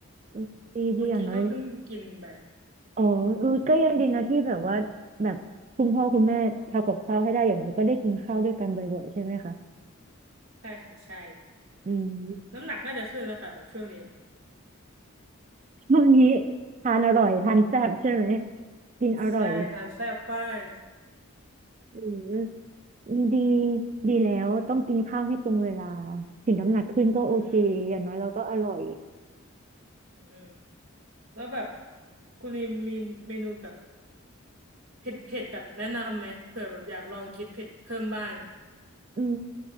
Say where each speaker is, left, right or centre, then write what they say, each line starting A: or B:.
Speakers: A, on the right; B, on the right.
A: อืมดีดีอย่างน้อย
B: เมื่อกี้ก็เพิ่งกินไป
A: อ๋อเออก็ยังดีนะที่แบบว่าแบบคุณพ่อคุณแม่ทำกับข้าวให้ได้อย่างน้อยก็ได้กินข้าวด้วยกันบ่อยๆใช่ไหมคะ
B: ใช่ค่ะใช่
A: อืม
B: น้ำหนักน่าจะขึ้นแล้วค่ะแบบช่วงนี้
A: ช่วงนี้ทานอร่อยทานแซ่บใช่ไหมกินอร่อย
B: ใช่ทานแซ่บมาก
A: อืมดีดีแล้วต้องกินข้าวให้ตรงเวลาถึงน้ำหนักขึ้นก็โอเคอย่างน้อยเราก็อร่อย
B: อืมอืมแล้วแบบคุณลิมมีเมนูแบบเผ็ดเผ็ดแบบแนะนำไหมเผื่อแบบอยากลองกินเผ็ดเพิ่มบ้าง
A: อืม